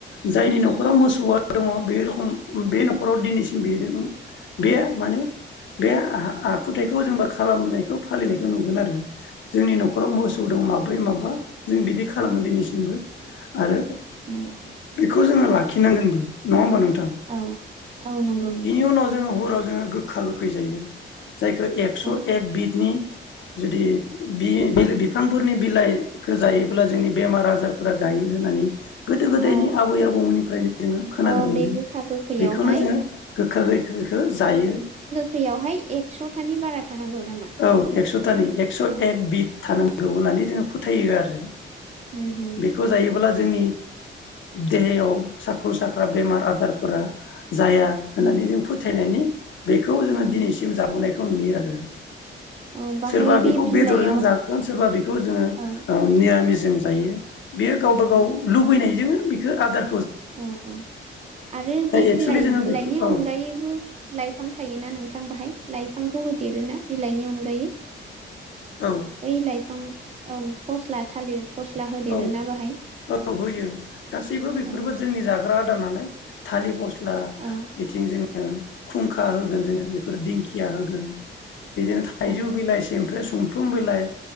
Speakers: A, on the left; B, on the right.
A: जायनि न'खराव
B: औ
A: मोसौआ दङ बे रखम बे न'खराव दिनैसिम बे बे उम बे माने बे आ-आखुथायखौ जोंबा खालामनायखौ फालिनायखौ नुगोन आरो जोंनि न'खराव मोसौ दं माब्रै माबा जों बिदि खालामो दिनैसिमबो आरो
B: नुङा
A: बेखौ जोङो लाखिनांगोनबो नङा होमबा नोंथां?
B: औ औ नंगौ नोंथां
A: बिनि उनाव जोङो हराव ज जों खै जायो जायखौ एक्स'
B: औ
A: एक बिदनि जुदि बि बेलेग बिफांफोरनि बिलाइखौ जायोब्ला जोंनि बेमार आजारफोरा गायो होननानै गोदो गोदायनि
B: अ
A: आबै आबौमोननिफ्रायनो जोङो खोनानो
B: अ
A: मोन्दों
B: बे गोखा गोखैयावहाय
A: बेखौनो जोङो गोखा गोखैखो जायो
B: खैयावहाय एकस'थानि बारा थानांगौ नामा?
A: औ एक्स'थानि एक्स'
B: औ
A: एक बिद थानां लु होननानै जोङो फोथायो आरो
B: उम होम
A: बेखौ जायो अब्ला जोंनि देहायाव साख्रु साख्रा बेमार आजारफोरा जाया होननानै
B: उम
A: जों फोथायनायनि बेखौ जोङो
B: उम
A: दिनैसिम जाबोनायखौ खौ नुयो आरो।
B: औ बाहाय
A: सोरबा
B: बे
A: बेखौ
B: बिलाइयाव
A: बेदरजों जागोन सोरबा बेखौ जोङो
B: औ
A: निरामिस जों जायो। बेयो गावबा
B: औ
A: गाव लुबैनायजों बेखौ आदार
B: औ औ आरो बे बिलाइ
A: एक्सुलि जोङो
B: बिलाइनि
A: बेफोर औ
B: अनगायैबो लाइफां थायोना ना नों नोंथां बाहाय लाइफांखौ होदेरोना बिलाइनि अनगायै?
A: औ
B: बै लाइफां फस्ला थालिर फस्ला होदेरोना
A: औ
B: बाहाय
A: औ होयो गासैबो बेफोरबो
B: औ
A: जोंनि जा ग्रा आदार नालाय थालिर पस्ल ब्ला
B: औ
A: बिथिंजों खुंखा होगोन जोङो बेफोर दिंखिया होगोन बिदिनो थाइजौ
B: औ
A: बिलाइ समफ्र सुमफ्रुम बिलाइ